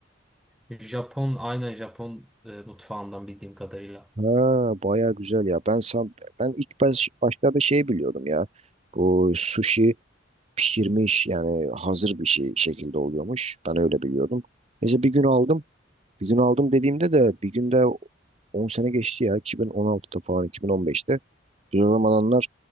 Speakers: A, in the centre; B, on the right.
A: Japon aynen Japon e, mutfağından bildiğim kadarıyla.
B: Ha bayağı güzel ya. Ben san, ben ilk baş, başlarda şey biliyordum ya. Bu sushi pişirmiş yani hazır bir şey şekilde oluyormuş. Ben öyle biliyordum. Neyse bir gün aldım. Bir gün aldım dediğimde de bir günde 10 sene geçti ya 2016'da falan 2015'te. Biz o zamanlar